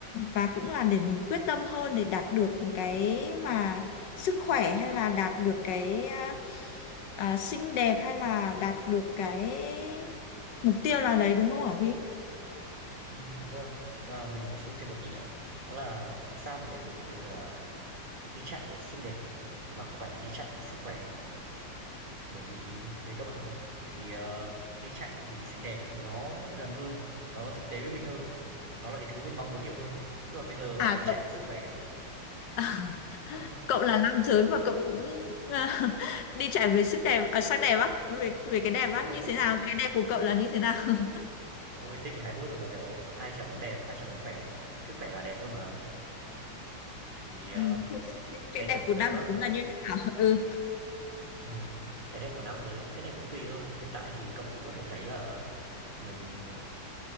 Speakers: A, on the left; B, on the right.
A: và cũng là để mình quyết tâm hơn để đạt được cái mà sức khỏe hay là đạt được cái ờ, ờ, xinh đẹp hay là đạt được cái mục tiêu nào đấy đúng không hả Vy?
B: ừ, đúng rồi nhưng mà mình bổ sung thêm một ý nhé đó là tại sao mình lại dùng cái từ là đi chạy để xinh đẹp mà không phải là đi chạy để sức khỏe Bởi vì về cơ bản thì, ờ, đi chạy vì xinh đẹp thì nó gần hơn, nó thực tế với mình hơn, nó là cái thứ mình mong muốn nhiều hơn. Chứ còn bây giờ bảo
A: À
B: đi chạy
A: cậu
B: vì sức khỏe
A: <laughs>
B: ô
A: cậu là nam giới và cậu cũng à, <laughs> đi chạy về sức đẹp à, sắc đẹp á về về cái đẹp
B: ô,
A: á như thế nào cái đẹp của cậu là như thế nào <laughs>
B: ôi thế kỷ 21 rồi mà, kiểu, ai chẳng muốn đẹp, ai chẳng muốn khỏe, cứ khỏe là đẹp thôi mà. Thì, ờ,
A: ừ. thế thì Cái
B: cái
A: đẹp
B: đẹp
A: của
B: của
A: nam
B: tớ á
A: giới là như thế nào <laughs> ừ.
B: ừm, cái đẹp của nam giới, cái này cũng tùy thôi. Hiện tại thì cậu cũng có thể thấy là mình